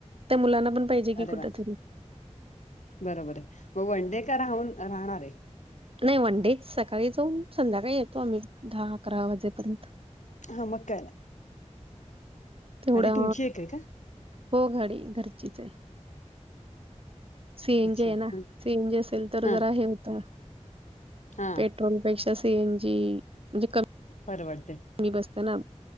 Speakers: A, on the right; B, on the left.
A: त्या मुलांना पण पाहिजे की
B: अरे
A: कुठ
B: वा
A: तरी
B: बरोबर आहे मग वनडे का राहून राहणार आहे
A: नाही वनडेच सकाळी जाऊन संध्याकाळी येतो आम्ही दहा अकरा वाजेपर्यंत
B: हा मकान
A: तेवढ्या
B: तुमची एक आहे का
A: हो गाडी घरचीच आहे सीएनजी
B: अच्छा
A: आहे
B: हं.
A: ना सीएनजी असेल तर
B: हा
A: जरा हे होतं
B: हा
A: पेट्रोलपेक्षा सीएन जी म्हणजे कमी
B: परवडते
A: मी बसत ना